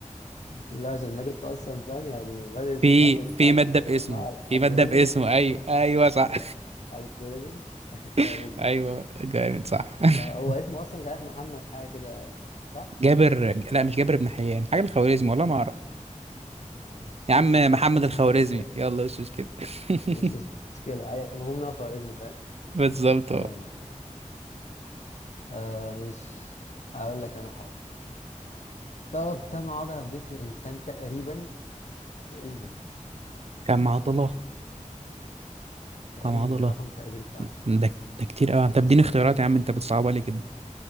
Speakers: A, on the left; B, on the right.
A: لا عشان انا كنت اصلا فاهم يعني بدرس
B: في
A: الماده بتاعتي
B: في مادة باسمه
A: اسمها
B: في
A: الجوريزمز
B: مادة باسمه أيوه أيوه صح
A: الجوريزمز <laughs> خوارزمي
B: <laughs> أيوه جامد صح <laughs>
A: آه هو اسمه اصلا مش عارف محمد حاجه كده صح؟
B: جابر لا مش جابر بن حيان حاجة الخوارزمي والله ما أعرف
A: آه ش-
B: يا عم
A: ش- اسمه
B: محمد
A: حاجه محمد
B: الخوارزمي
A: مش عارف
B: يلا مش كده <laughs>
A: مش مشكله أي- المهم ان هو خوارزمي فاهم
B: بالظبط
A: تمام
B: أهو.
A: آه مش هقول لك انا حاجه تعرف كم عضله في جسم الانسان تقريبا تقريبا
B: كم عضلة
A: تقريبا
B: كم عضلة
A: يعني رقم التقدير بتاعها
B: ده ده كتير قوي طب اديني اختيارات يا عم انت بتصعبها لي كده